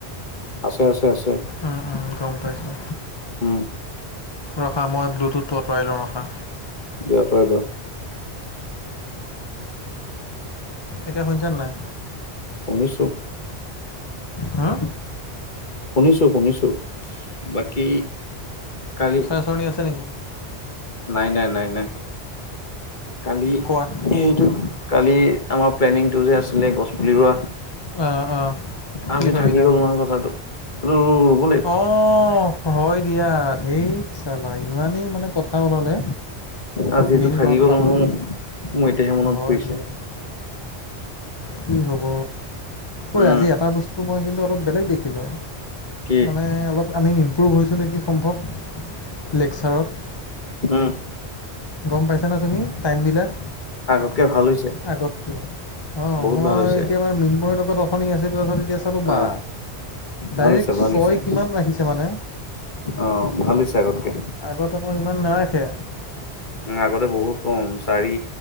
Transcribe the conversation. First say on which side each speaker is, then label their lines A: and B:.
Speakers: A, on the left; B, on the left.
A: আছে আছে আছে।
B: উম, উম, গম পাইছোঁ
A: উম
B: ৰখা মই ব্লুটুথটো আঁতৰাই লওঁ ৰখা।
A: দিয়া আঁতৰাই লোৱা।
B: এতিয়া শুনিছা নে নাই?
A: শুনিছোঁ।
B: হা?
A: শুনিছো-শুনিছো বাকী, কালি
B: আয়, আছে নেকি?
A: নাই-নাই-নাই-নাই কালি
B: কোৱা
A: সেইটো কালি আমাৰ প্লেনিংটো যে আছিলে গছ পুলি ৰোৱা।
B: অ', অ',
A: আজি
B: কি ভাবিলা?
A: থাকি গ'ল নহয় কথাটো এইটো
B: অ'। হয় দিয়া ঢেত চালা ইমানেই মানে কথা ওলালে।
A: আজিটো
B: মেইন
A: থাকি
B: কথাটো
A: গ'ল
B: পাহৰি
A: নহয়
B: থোকিলো
A: মোৰ এতিয়াহে মনত
B: হয়
A: পৰিছে
B: দিয়া। কি হব? ঐ
A: উম
B: আজি এটা বস্তু মই কিন্তু অলপ বেলেগ দেখিলোঁ।
A: কি
B: মানে, অলপ আমি ইমপ্ৰুভ হৈছোঁ নেকি সম্ভৱ লেকসাৰত
A: আহ,
B: গম পাইছা না তুমি টাইম বিলাক।
A: আগতকে ভাল হৈছে।
B: আগতকৈ। অ',
A: বহুত
B: মই
A: ভাল হৈছে
B: এতিয়া মানে মিনময়ৰ লগত অথনি আছিলোঁ, তাৰপিছত এতিয়া চালোঁ বা।
A: অ'
B: ডাইৰেক্ট
A: ভাল হৈছে ভাল
B: ছয়
A: হৈছে
B: কিমান ৰাখিছে মানে।
A: অ', ভাল হৈছে আগতকে।
B: আগতে মই, ইমান নাৰাখে।
A: উ, আগতে বহুত কম, চাৰি